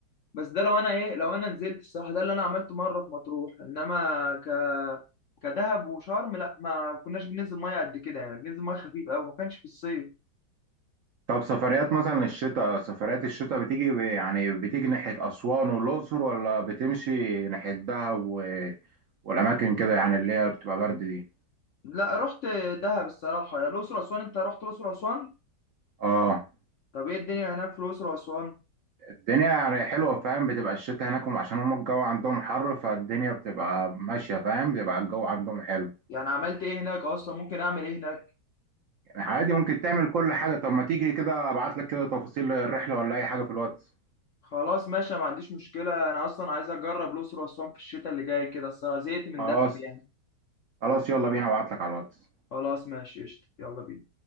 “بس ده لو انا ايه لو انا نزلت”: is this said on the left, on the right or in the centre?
Left